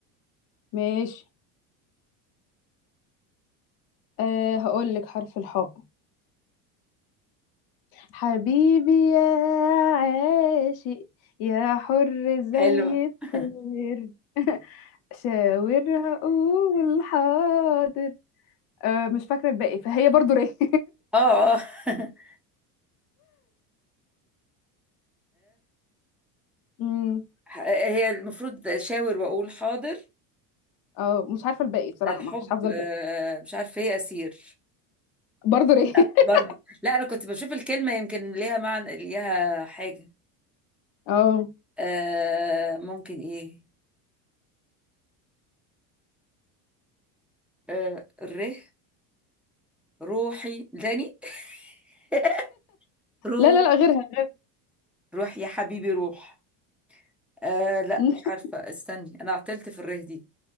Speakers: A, on the left; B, in the centre.
A: ماشي آه هقول لك حرف الحاء حبيبي يا عاشق يا حر زي
B: حلوة
A: الطير
B: <laughs>
A: <laughs> شاور هقول حاضر أه مش فاكرة الباقي فهي برضو ري <laughs>
B: اه اه <laughs>
A: أمم،
B: آه، هي المفروض شاور واقول حاضر
A: اه مش عارفة الباقي بصراحة
B: ده الحب
A: مش حافظة الباقي
B: آه، مش عارفة ايه اسير
A: برضو ري
B: لا
A: <laughs>
B: برضو لا انا كنت بشوف الكلمه يمكن ليها معنى ليها حاجه
A: اه
B: آه ممكن ايه آه ره روحي تاني <laughs> روح
A: لا لا لا غيرها
B: روح يا حبيبي روح آه لا
A: <laughs>
B: مش عارفه استني انا عطلت في الره دي